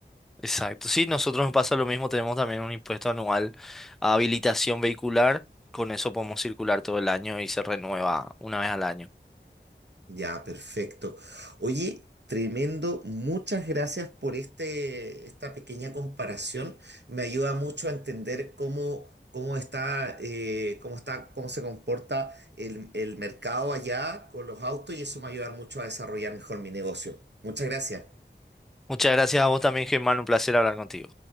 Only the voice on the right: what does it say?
Ya, perfecto. Oye, tremendo. Muchas gracias por este, esta pequeña comparación. Me ayuda mucho a entender cómo, cómo está, eh, cómo está, cómo se comporta el, el mercado allá con los autos y eso me va a ayudar mucho a desarrollar mejor mi negocio. Muchas gracias.